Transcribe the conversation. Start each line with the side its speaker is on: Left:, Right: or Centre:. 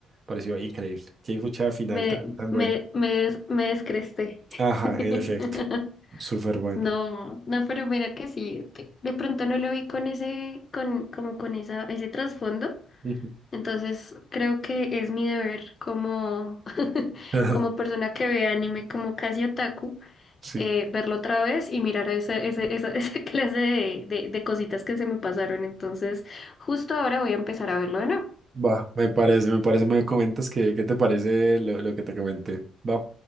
Right: pareció increíble, qué fuchada final
Left: Me,
Right: tan, tan
Left: me,
Right: bueno.
Left: me, des- me descresté.
Right: Ajá,
Left: <laughs>
Right: en efecto, súper bueno.
Left: No, no, pero mira que sí, de de pronto no lo vi con ese, con, como con esa, ese trasfondo.
Right: Ujú.
Left: Entonces creo que es mi deber como, <laughs>
Right: <laughs> Ajá,
Left: como persona que ve anime como casi otaku,
Right: Sí,
Left: eh, verlo otra vez y mirar a esa, esa, esa, <laughs> esa clase de, de, de cositas que se me pasaron. Entonces, justo ahora voy a empezar a verlo de nuevo.
Right: va, me parece, me parece, me comentas que, qué te parece lo, lo que te comenté. Va,